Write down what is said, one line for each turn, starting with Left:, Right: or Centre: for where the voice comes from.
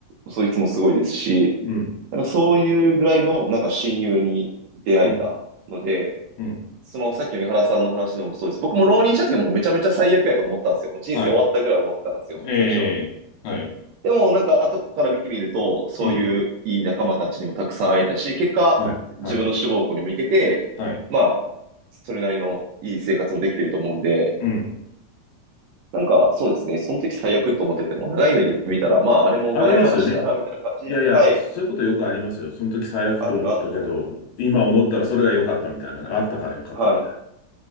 Right: そいつもすごいですし、
Left: うん、
Right: なんかそういうぐらいのなんか親友に出会えたので、
Left: うん、うん。
Right: そのさっきの井原さんの話でもそうです。僕も浪人した時はもうめちゃめちゃ最悪やと思ったんですよ。もう人生終わったぐらい思ってたんですよ、
Left: はい。ええ。
Right: 最初。
Left: はい。
Right: でもなんか後から見てみると、そういういい仲間たちにもたくさん会えたし、
Left: うん。
Right: 結果、
Left: はい。
Right: 自分の志望校にも行けて、
Left: はい。はい。
Right: まあ、それなりのいい生活もできてると思うんで、
Left: うん。
Right: なんかそうですね、その時最悪と思ってても、長い目で見たら、まあ、あれも笑い話だな、
Left: ありますよね。
Right: みたいな感じで、
Left: いやいや、
Right: はい、
Left: そういうことよくありますよ。その時最悪と思ったけど、
Right: あるなと
Left: 今思ったらそれが良かったみたいな、あったから良かったみたいな。
Right: は、はい、っ